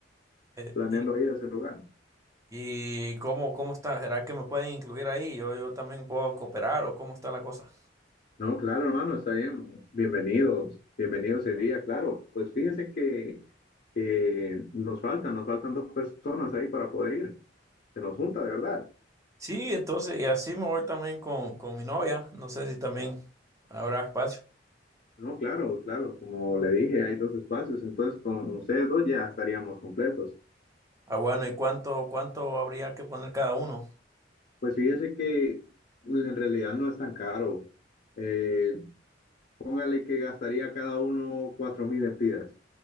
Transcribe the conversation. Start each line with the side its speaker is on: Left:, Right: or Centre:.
Right: Eh,
Left: planeando
Right: y,
Left: ir a ese lugar.
Right: y cómo, cómo está? ¿Será que me pueden incluir ahí? ¿Yo, yo también puedo cooperar o cómo está la cosa?
Left: No, claro, hermano, está bien. Bienvenidos, bienvenido sería, claro. Pues fíjese que, que nos faltan, nos faltan dos personas ahí para poder ir. Se nos junta, de verdad.
Right: Sí, entonces, y así me voy también con, con mi novia. No sé si también habrá espacio.
Left: No, claro, claro. Como le dije, hay dos espacios, entonces con ustedes dos ya estaríamos completos.
Right: Ah, bueno, ¿y cuánto, cuánto habría que poner cada uno?
Left: Pues fíjese que en realidad no es tan caro. Eh, Póngale que gastaría cada uno 4.000 espiras.